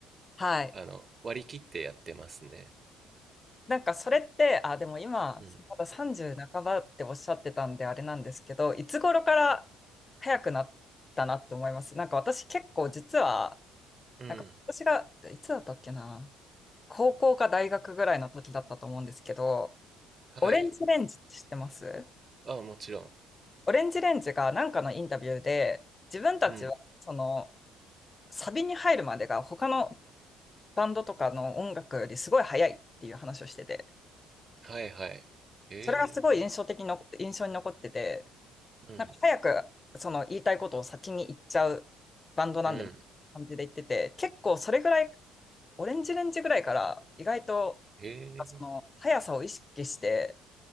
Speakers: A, on the left (about 25°); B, on the right (about 40°).
A: はい。
B: あの割り切ってやってますね
A: なんかそれって、あ、でも今、
B: うん
A: まだ30半ばっておっしゃってたんであれなんですけど、いつ頃から早くなったなって思います。なんか私結構実は、
B: うん
A: なんか私が、いつだったっけな、高校か大学ぐらいの時だったと思うんですけど、
B: はい
A: オレンジレンジって知ってます
B: あもちろん
A: オレンジレンジがなんかのインタビューで、自分たちはその
B: うん
A: サビに入るまでが他のバンドとかの音楽よりすごい早いっていう話をしてて、
B: はいはいへえ
A: それがすごい印象的の、印象に残ってて、
B: うん
A: なんか早くその言いたいことを先に言っちゃうバンドなんでみたいな感じで言ってて、
B: うん
A: 結構それぐらい、オレンジレンジぐらいから意外と
B: へえ
A: その速さを意識して